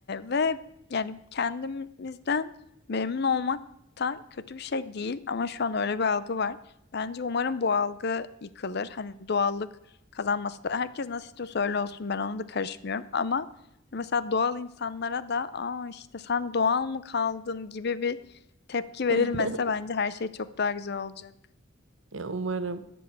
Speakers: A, on the left; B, on the right.
A: ve yani kendimizden memnun olmak da kötü bir şey değil ama şu an öyle bir algı var. Bence umarım bu algı yıkılır. Hani doğallık kazanması da herkes nasıl istiyorsa öyle olsun ben ona da karışmıyorum ama hani mesela doğal insanlara da aa işte sen doğal mı kaldın gibi bir tepki
B: <laughs>
A: verilmese bence her şey çok daha güzel olacak.
B: Ya umarım.